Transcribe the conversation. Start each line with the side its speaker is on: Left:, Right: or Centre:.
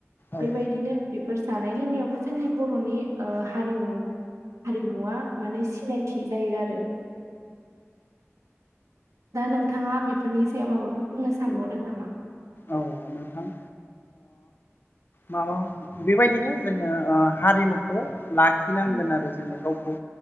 Left: औ
Right: बेबायदिनो बेफोर जानाय लोंनायावबो जोंनि बर'नि हारिमु हारिमुवा माने सिनायथि जायो आरो। दा नोंथाङा बेफोरनि सायाव माबाफोर बुंनो सानबावदों नामा?
Left: औ औ नोंथां। माबा बेबायदिनो जोङो हारिमु खौ लाखिनांगोन
Right: औ
Left: आरो जोङो गावखौ।